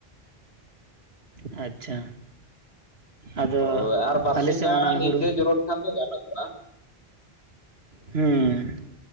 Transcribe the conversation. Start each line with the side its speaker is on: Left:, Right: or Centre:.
Right: ᱟᱪᱪᱷᱟ ᱟᱫᱚ
Left: ᱦᱳᱭ ᱟᱨ ᱵᱟᱨᱥᱤᱧ
Right: ᱟᱞᱮ ᱥᱮᱫ
Left: ᱜᱟᱱ
Right: ᱢᱟ ᱱᱚᱜᱼᱚᱭ
Left: ᱱᱤᱝᱠᱟᱹ
Right: ᱦᱩᱲᱩ
Left: ᱡᱚᱨᱚ ᱞᱮᱠᱷᱟᱱ ᱫᱚ ᱜᱟᱱᱚᱜ ᱜᱚ-ᱟ ᱾
Right: ᱦᱩᱸ